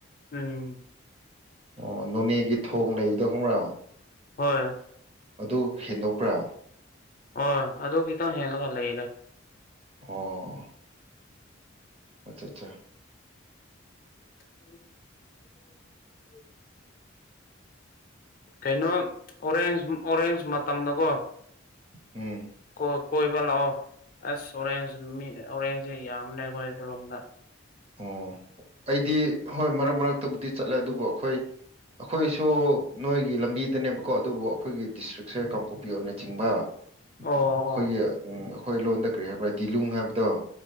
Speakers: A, on the left; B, on the right.
A: ꯎꯝ
B: ꯑꯣ ꯅꯣꯅꯦꯒꯤ ꯊꯣꯡ ꯂꯩꯕꯗꯣ ꯈꯪꯕ꯭ꯔꯥ
A: ꯍꯣꯏ
B: ꯑꯗꯨ ꯍꯦꯟꯗꯣꯛꯄ꯭ꯔꯥ
A: ꯍꯣꯏ ꯑꯗꯨꯒꯤ ꯇ ꯍꯦꯂ ꯀꯂ ꯆꯗꯝ
B: ꯑꯣ ꯑꯠꯆꯥ ꯑꯠꯆꯥ
A: ꯍ <inaudible> ꯀꯩꯅꯣ ꯑꯣꯔꯦꯟꯖ ꯑꯣꯔꯦꯟꯖ ꯃꯇꯝꯗꯀꯣ
B: ꯎꯝ
A: ꯀꯣ ꯀꯣꯏꯕ ꯂꯥꯛꯑꯣ ꯑꯁ ꯑꯣꯔꯦꯟꯖ ꯃꯤ ꯑꯣꯔꯦꯟꯖꯁꯦ ꯌꯥꯝꯂ ꯑꯩꯈꯣꯏ ꯔꯣꯝꯗ
B: ꯑꯣ ꯑꯩꯗꯤ ꯍꯣꯏ ꯃꯔꯛ ꯃꯔꯛꯇꯕꯨꯗꯤ ꯆꯠꯂꯦ ꯑꯗꯨꯕꯨ ꯑꯩꯈꯣꯏ ꯑꯩꯈꯣꯏꯁꯨ ꯅꯣꯏꯒꯤ ꯂꯝꯕꯤꯗꯅꯦꯕꯀꯣ ꯑꯗꯨꯕꯨ ꯑꯩꯈꯣꯏꯒꯤ ꯗꯤꯁꯇ꯭ꯔꯤꯛꯁꯦ ꯀꯥꯡꯄꯣꯛꯄꯤ ꯑꯣꯏꯅ ꯆꯤꯡꯕ ꯑꯩꯈꯣꯏꯒꯤ
A: ꯑꯣ ꯑꯣ
B: ꯑꯩꯈꯣꯏ ꯂꯣꯟꯗ ꯀꯔꯤ ꯍꯥꯏꯕ꯭ꯔꯥ ꯗꯤꯂꯨꯡ ꯍꯥꯏꯕꯗꯣ